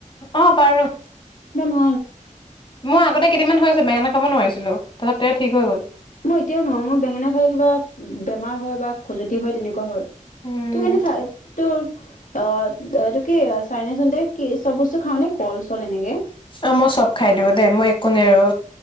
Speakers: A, on the left (about 40°); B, on the left (about 80°).
A: অ বাৰু
B: ফাৰ
A: মোৰ আগতে কেইদিনান হৈ আ হৈছে বেঙেনা খাব নোৱাৰিছিলো তথাপিতে ঠিক হৈ গ'ল
B: মই এতিয়াও নহো মোৰ বেঙেনা খালে কিবা বেমাৰ হয় বা খজুৱতি হয় তেনেকুৱা হয়
A: উম,
B: তোৰ কেনে থাক তোৰ অ এই তটো কি চাইনেচোন দে কি চব বস্তু খাও নে কল চল এনেকে
A: অ', মই চব খাই দিওঁ দেই মই একো নেৰো